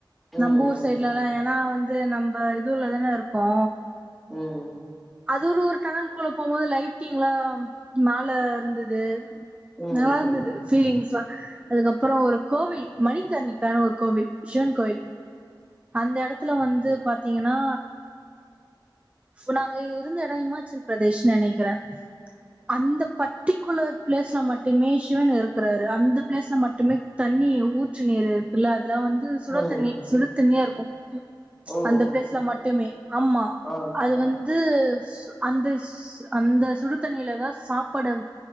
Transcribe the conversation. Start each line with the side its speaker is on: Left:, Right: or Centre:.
Centre: ம்
Right: நம்ப ஊர் சைட்லல்லா ஏனா வந்து அது நம்ம இதுலதான இருக்கோ
Centre: உம்
Right: அது ஒரு ஒரு டனல் குள்ள போகும்போது லைட்டிங்லா மேல இருந்து து
Centre: ம் ம்
Right: நல்லா இருந்தது ஃபீலிங்ஸ்ல்லா அதுக்கப்புறோ ஒரு கோவில் மணிக் சண்ணிக்கானு ஒரா கோவில் சிவன் கோயில் அந்த எடத்துல வந்து பாத்தீங்ன்னா ஃபுன்னா நாங்க இருந்த இட இம ச்சலபிரதேஷ் நெனைக்கிறே அந்த பர்ட்டிகுலர் பிளேஸ்ல மட்டுமே சிவன் இருக்குறாரு அந்த பிளேஸ்ல மட்டுமே தண்ணி ஊற்று நீர் இருக்குல்ல அதெல்லா வந்து சுட
Centre: ம்
Right: தண்ணி சுடு தண்ணியாருக்கு கும்
Centre: ஓ
Right: அந்த பிளேஸ்ல மட்டுமே ஆமா
Centre: ஆ
Right: வந்து சு அந்த ஸ் அந்த சுடுதண்ணில தா சாப்பட